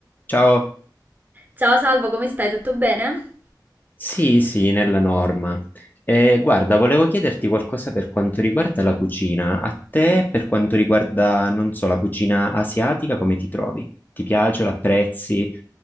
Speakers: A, on the left; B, on the right.
A: Ciao.
B: Ciao Salvo, come stai? Tutto bene?
A: Sì, sì, nella norma. Eh, guarda, volevo chiederti qualcosa per quanto riguarda la cucina. A te,
B: Sì,
A: per quanto riguarda, non so, la cucina asiatica, come ti trovi? Ti piace, l'apprezzi?